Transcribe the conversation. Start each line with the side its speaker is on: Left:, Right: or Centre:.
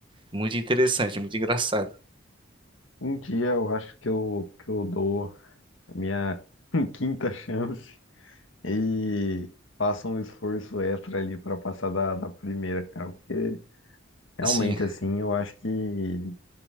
Right: muito interessante, muito engraçado.
Left: Um dia eu acho que eu, que eu dou a minha <laughs> quinta chance e faço um esforço extra ali pra passar da, da primeira, cara, porque realmente,
Right: Assim,
Left: assim, eu acho que